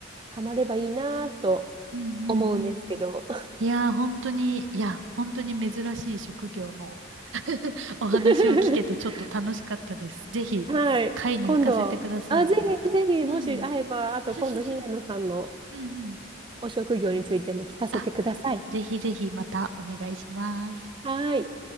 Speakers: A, on the right; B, on the right.
A: ハマればいいなと
B: うんうんうん。
A: 思うんですけど。
B: いやー、本当に、いや、本当に珍しい職業の <laughs> お話を聞けてちょっと楽しかったです。
A: <laughs>
B: ぜひ、
A: はい、
B: 会に行かせてください。
A: 今度、あ、ぜひぜひ、
B: うん。
A: もし会えば、あと今度、
B: <laughs>
A: 姫野さんの
B: うんうん。
A: お職業についても聞かせてください。
B: あ、ぜひぜひまたお願いします。
A: はい。